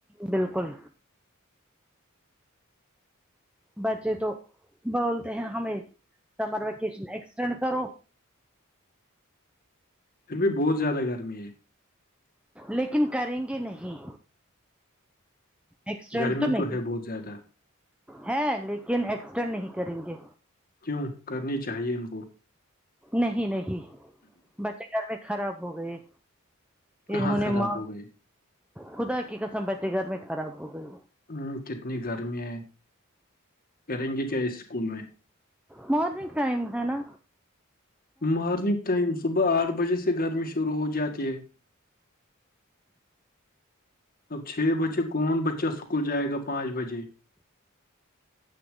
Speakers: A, in the centre; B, on the left.
A: بالکل بچے تو بولتے ہیں ہمیں سمر ویکیشن ایکسٹینڈ کرو
B: پھر بھی بہت زیادہ گرمی ہے
A: لیکن کریں گے نہیں ایکسٹینڈ
B: گرمی
A: نہیں
B: تو ہے بہت زیادہ
A: ہے لیکن ایکسٹرا نہیں کریں گے
B: کیوں کرنی چاہیے ان کو
A: نہیں نہیں بچے گھر میں خراب ہو گئے
B: کہاں
A: انہوں
B: خراب
A: نے ماں
B: ہو گئی
A: خدا کی قسم بچے گھر میں خراب ہو گئی
B: ہوں کتنی گرمی ہے کریں گے کیا اس اسکول میں
A: مورنگ ٹائم ہے نا
B: مارننگ ٹائم صبح آٹھ بجے سے گرمی شروع ہو جاتی ہے اب چھ بجے کون بچہ اسکول جائے گا پانچ بجے <inaudible>